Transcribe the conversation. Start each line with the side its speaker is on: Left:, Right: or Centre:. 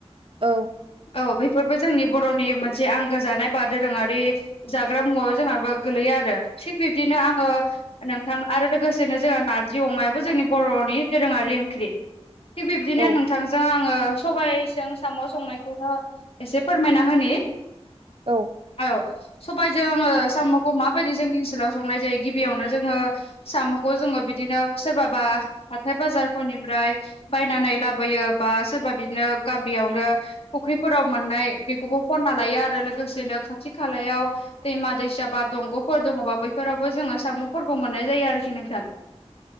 Right: औ
Left: औ बेफोरबो जोंनि बर'नि मोनसे आंगो जानाय बा दोरोङारि जाग्रा मुवायाव जोंहाबा गोलैयो आरो थिग बिब्दिनो आङो नोंथां आरो लोगोसेनो जोंहा नारजि अमायाबो जोंनि बर'नि दोरोङारि ओंख्रि। थिग बिब्दिनो
Right: औ
Left: नोंथांजों आङो सबबायजों साम' संनायखौनो एसे फोरमायना होनि
Right: औ
Left: औ सबबायजोंङो साम'खौ माबायदि जोंनि ओनसोलाव संनाय जायो गिबियावनो जों साम'खौ जोङो बिदिनो सोरबाबा हााथथाय बाजारफोरनिफ्राय बायनानै लाबोयो बा सोरबा बिदिनो गामियावनो फुख्रिफोराव मोननाय बेखौबो फनना लायो आरो लोगोसेनो खाथि खालायाव दैमा दैसा बा दंग'फोर दङबा बैफोरावबो जोङो सामु मोननाय जायो आरोखि नोंथां।